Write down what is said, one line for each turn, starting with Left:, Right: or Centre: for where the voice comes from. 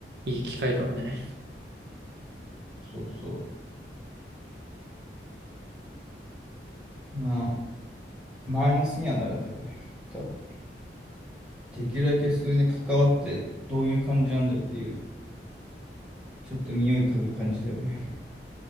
Right: いい機会かもね。
Centre: そうそう。まあ、マイナスにはならないよね。多分。できるだけそういうね、関わってどういう感じなんだよっていう、ちょっと匂い嗅ぐ感じだよね。